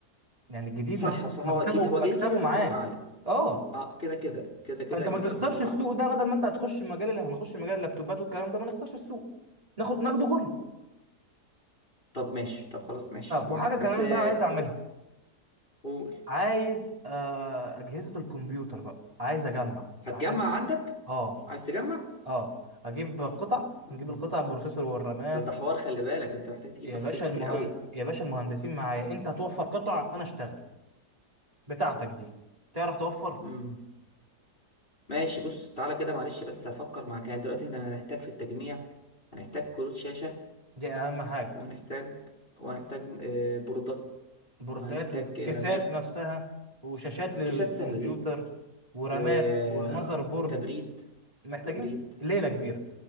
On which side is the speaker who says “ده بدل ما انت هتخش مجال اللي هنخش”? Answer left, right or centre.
Right